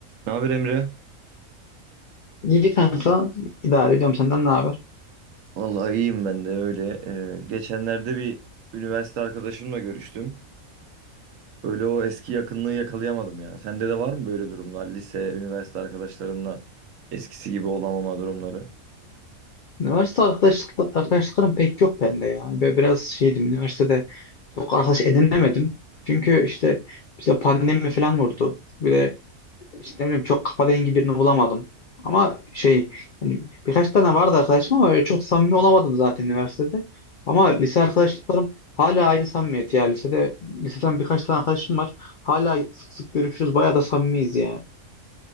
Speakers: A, on the right; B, on the left.
A: Ne haber Emre?
B: İyi kanka idare ediyorum senden ne haber?
A: Vallahi iyiyim ben de öyle. Ee, geçenlerde bir üniversite arkadaşımla görüştüm. Böyle o eski yakınlığı yakalayamadım ya. Sende de var mı böyle durumlar? Lise, üniversite arkadaşlarınla eskisi gibi olamama durumları.
B: Üniversite arkadaşlık, arkadaşlıklarım pek yok bende yani. Ve biraz şeydim üniversitede çok arkadaş edinemedim. Çünkü işte bize pandemi falan vurdu. Bir de işte ne bileyim çok kafa dengi birini bulamadım. Ama şey yani birkaç tane vardı arkadaşım ama öyle çok samimi olamadım zaten üniversitede. Ama lise arkadaşlıklarım hala aynı samimiyet ya. Lisede, liseden birkaç tane arkadaşım var. Hala sık sık görüşürüz. Bayağı da samimiyiz yani.